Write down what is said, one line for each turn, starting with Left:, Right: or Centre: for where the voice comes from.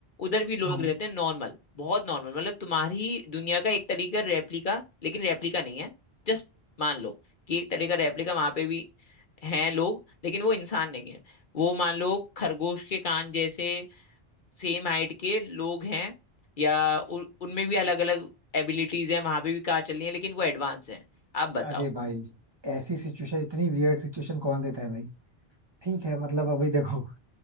Left: उधर भी लोग
Right: हम्म
Left: रहते हैं नॉर्मल बहुत नॉर्मल मतलब तुम्हारी दुनिया का एक तरीका रेप्लिका लेकिन रेप्लिका नहीं है जस्ट मान लो कि एक तरीका रेप्लिका वहां पे भी हैं लोग लेकिन वो इंसान नहीं है वो मान लो खरगोश के कान जैसे सेम हाइट के लोग हैं या उन- उनमें भी अलग अलग एबिलिटीज हैं वहां पे भी कार चल रही है लेकिन वो एडवांस हैं आप बताओ
Right: अरे भाई ऐसी सिचुएशन इतनी वियर्ड सिचुएशन कौन देता है भाई ठीक है मतलब अभी देखो